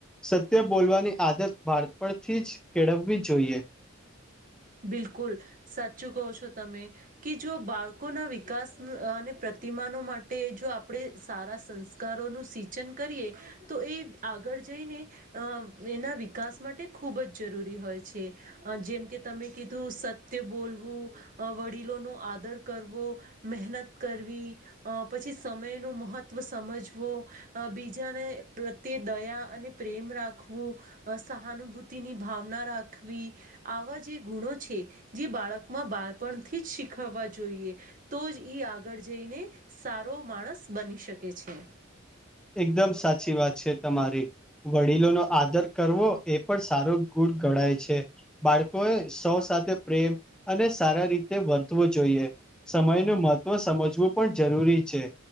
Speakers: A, in the centre; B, on the right.
A: સત્ય બોલવાની આદત બાળપણ થી જ કેળવવી જોઈએ
B: બિલકુલ સાચું કહો છો તમે કે જો બાળકોના વિકાસ અને પ્રતિમાનો માટે જો આપણે સારા સંસ્કારોનું સિંચન કરીએ તો એ આગળ જઈને એના વિકાસ માટે ખૂબ જ જરૂરી હોય છે જેમ કે તમે કીધું સત્ય બોલવું વડીલોનોો આદર કરવો મહેનત કરવી પછી સમય નું મહત્વ સમજવો બીજાને પ્રત્યે દ અને પ્રેમ રાખવો સહાનુભૂતિની ભાવના રાખવી આવા જે ગુણો છે જે બાળકમાં બાળપણથી જ શીખવવા જોઈએ તો જ આગળ જઈ ને સારો માણસ બની શકે છે
A: એકદમ સાચી વાત છે તમારી વડીલોનોો આદર કરવો એ પણ સારો ગુ ગણાય છે બાળકો એ સૌ સાથે પ્રેમ અને સારા રીતે વર્તવો જોઈએ સમય ન મહત્વ સમજવું પણ જરૂરી છે